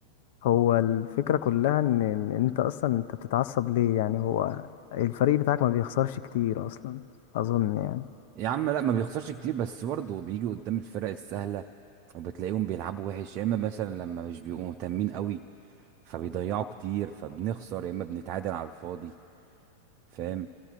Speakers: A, on the left; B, on the right.
A: هو الفكره كلها ان ان انت اصلا انت بتتعصب ليه يعني هو الفريق بتاعك ما بيخسرش كتير اصلا اظن يعني
B: يا عم لا ما بيخسرش كتير بس برضه بيجي قدام الفرق السهلة وبتلاقيهم بيلعبوا وحش يا اما مثلا لما مش بيبقوا مهتمين قوي فبيضيعوا كتير فبنخسر يا اما بنتعادل على الفاضي فاهم